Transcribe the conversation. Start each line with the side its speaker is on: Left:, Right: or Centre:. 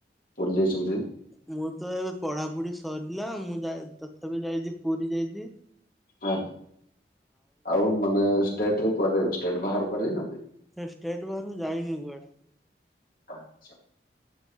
Left: ପୁରୀ ଯାଇଛନ୍ତି।
Centre: ମୁଁ ତ ଏବେ ପଢାପଢି ସରିଲା ମୁଁ ଯାଇ ତଥାପି ଯାଇଚି ପୁରୀ ଯାଇଚି।
Left: ଆଉ ଆଉ ମାନେ ଷ୍ଟେଟରେ କୁଆଡେ ଷ୍ଟେଟ ବାହାର କୁଆଡେ ଯାଇନାହାନ୍ତି।
Centre: ନାଇଁ ଷ୍ଟେଟ୍ ବାହାରୁକୁ ଯାଇନି କୁଆଡେ।
Left: ଆଛା।